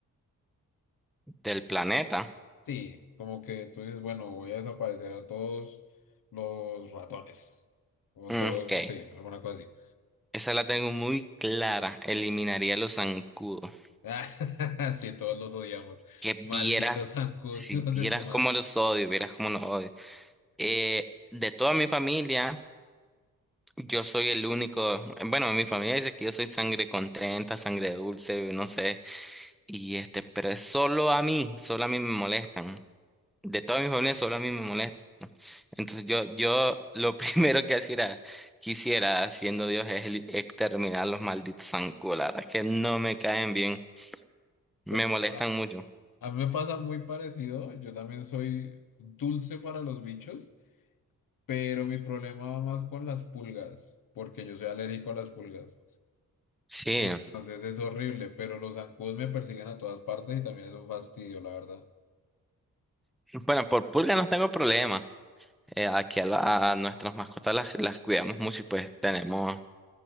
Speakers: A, in the centre; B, on the left.
A: del planeta.
B: Sí, como que tú dices, bueno, voy a desaparecer a todos los ratones. O
A: Mm,
B: todos,
A: Ok,
B: no sé, alguna cosa así. <laughs>
A: esa la tengo muy clara. Eliminaría los zancudos.
B: Ah, sí, todos los odiamos.
A: Que vieras,
B: Malditos <laughs> zancudos,
A: si
B: hijos
A: vieras
B: de su madre.
A: cómo los odio, vieras cómo los odio. Eh, de toda mi familia. Yo soy el único, bueno, mi familia dice que yo soy sangre contenta, sangre dulce, no sé, y este, pero es solo a mí, solo a mí me molestan. De toda mi familia solo a mí me molesta. Entonces yo, yo lo <laughs> primero que hiciera, quisiera, siendo Dios, es el- exterminar los malditos zancudos. La verdad es que no me caen bien. Me
B: Pues,
A: molestan
B: a-
A: mucho.
B: A mí me pasa muy parecido, yo también soy dulce para los bichos, pero mi problema va más con las pulgas, porque yo soy alérgico a las pulgas.
A: Sí.
B: Entonces es horrible, pero los zancudos me persiguen a todas partes y también es un fastidio, la verdad.
A: Bueno, por pulga no tengo problema. Eh, aquí a, la- a nuestras mascotas las, las cuidamos mucho y pues tenemos